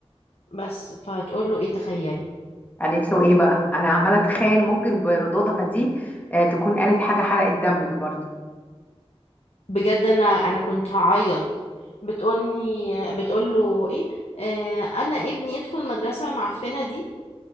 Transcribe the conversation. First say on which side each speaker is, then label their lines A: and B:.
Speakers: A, on the left; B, on the left.
A: بس فتقول له ايه تخيلي
B: قالت له ايه بقى انا عماله اتخيل ممكن بردودها دي آه تكون قالت حاجه حرقت دمك برضو
A: بجد انا انا كنت هعيط بتقولي بتقوله ايه آه انا ابني يدخل المدرسه المعفنه دي